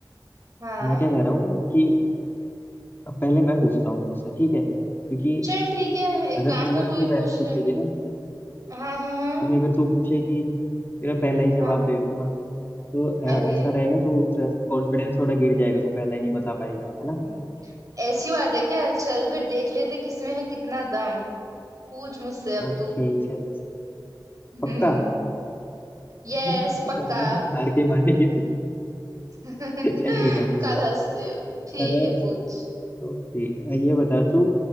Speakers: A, on the right (about 45°); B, on the left (about 25°).
A: हाँ
B: मैं क्या कह रहा हूँ कि अब पहले मैं पूछता हूँ तुझसे ठीक है क्योंकि
A: चल ठीक है एक
B: अगर
A: काम
B: तू मुझसे
A: कर तू ही पूछ
B: पहले पूछेगी
A: ले
B: ना
A: हाँ हाँ हाँ
B: क्योंकि अगर तू पूछेगी तेरा पहला ही जवाब
A: हाँ
B: दे दूंगा तो अ,
A: अरे
B: ऐसा रहेगा तो कॉन्फिडेंस थोड़ा गिर जाएगा तू पहला ही नहीं बता पाएगी
A: ओ,
B: है ना
A: ऐसी बात है क्या चल फिर देख लेते किसमें है कितना दम पूछ मुझसे अब
B: ओके
A: तू
B: चल
A: <laughs>
B: पक्का
A: हम्म यस
B: <laughs>
A: पक्का
B: हार के मानेगी तू
A: <laughs>
B: <laughs> चल ठीक है पूछता
A: काला
B: हूँ
A: हंसते हो ठीक
B: अगर
A: है पूछ
B: ओके ये बता तू